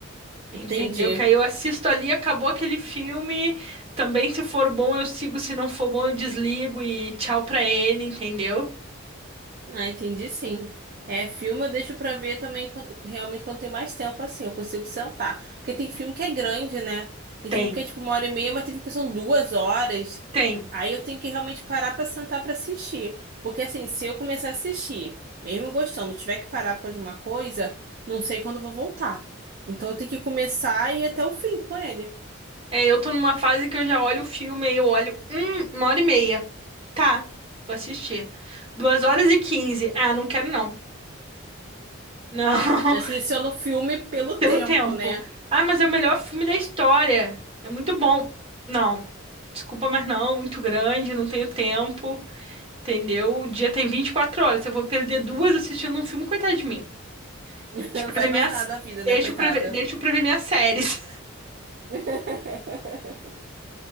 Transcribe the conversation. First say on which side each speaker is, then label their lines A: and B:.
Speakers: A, on the right; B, on the right.
A: Entendeu?
B: Entendi.
A: Que aí eu assisto ali, acabou aquele filme. Também, se for bom, eu sigo. Se não for bom, eu desligo e tchau pra ele, entendeu?
B: Ah, entendi sim. É, filme eu deixo pra ver também quando- realmente quando tem mais tempo assim, eu consigo sentar. Porque tem filme que é grande, né? Tem
A: Tem,
B: filme que é tipo uma hora e meia, mas tem filme que são duas horas.
A: tem.
B: Aí eu tenho que realmente parar pra sentar pra assistir. Porque assim, se eu começar a assistir, mesmo gostando, tiver que parar por causa de uma coisa, não sei quando eu vou voltar. Então eu tenho que começar e ir até o fim com ele.
A: É, eu tô numa fase que eu já olho o filme, aí eu olho, hum, uma hora e meia. Tá, vou assistir. Duas horas e quinze. Ah, não quero não. Não, <laughs>
B: Já seleciono o filme pelo
A: pelo
B: tempo,
A: tempo.
B: né?
A: Ah, mas é o melhor filme da história. É muito bom. Não, desculpa, mas não, muito grande, não tenho tempo. Entendeu? O dia tem 24 horas. Se eu vou perder duas assistindo um filme, coitado de mim.
B: <laughs>
A: Deixa
B: Não
A: pra
B: faz
A: ver minhas.
B: mais nada a vida,
A: Deixa
B: né, coitada?
A: pra ver, deixa pra ver minhas séries.
B: <laughs>